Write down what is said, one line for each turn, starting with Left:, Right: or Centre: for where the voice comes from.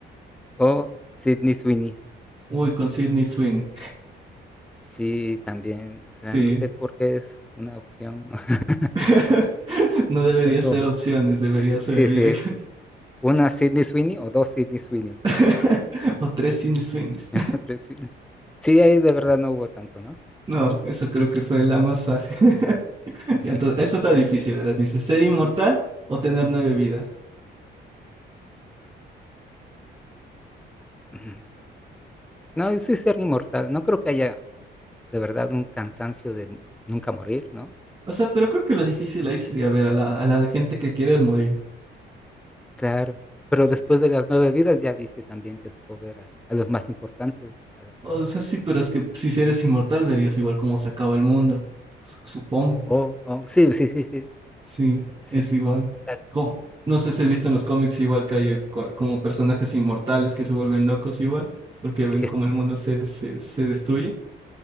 Centre: o Sydney Sweeney.
Right: Uy, con Sydney Sweeney.
Centre: Sí, también, o sea,
Right: Sí.
Centre: no sé por qué es una opción. <laughs>
Right: <laughs> No debería
Centre: O-
Right: ser
Centre: o-
Right: opciones, debería
Centre: sí,
Right: ser
Centre: sí,
Right: directo.
Centre: sí, una Sydney Sweeney o dos Sydney Sweeney,
Right: <laughs>
Centre: ¿no?
Right: O tres Sydney Sweeneys.
Centre: <laughs> Tres Sydney. Sí, ahí de verdad no hubo tanto, ¿no?
Right: No, eso creo que fue la más fácil. <laughs>
Centre: Sí.
Right: Y entonces, esto está difícil, ¿verdad? Dice, ¿ser inmortal o tener nueve vidas?
Centre: <laughs> No, y sí ser inmortal. No creo que haya de verdad un cansancio de nunca morir, ¿no?
Right: O sea, pero creo que lo difícil ahí sería ver a la, a la gente que quieres morir.
Centre: Claro, pero
Right: Sí.
Centre: después de las nueve vidas ya viste también, te tocó ver a, a los más importantes. a- a-
Right: O sea, sí, pero es que si eres inmortal verías igual cómo se acaba el mundo. su- Supongo.
Centre: oh, oh, sí, sí, sí, sí, sí,
Right: Sí,
Centre: sí,
Right: es igual.
Centre: exacto.
Right: Com- no sé si has visto en los cómics igual que hay eh, co- como personajes inmortales que se vuelven locos igual, porque ven
Centre: Y que,
Right: como
Centre: est-
Right: el mundo se, se, se destruye.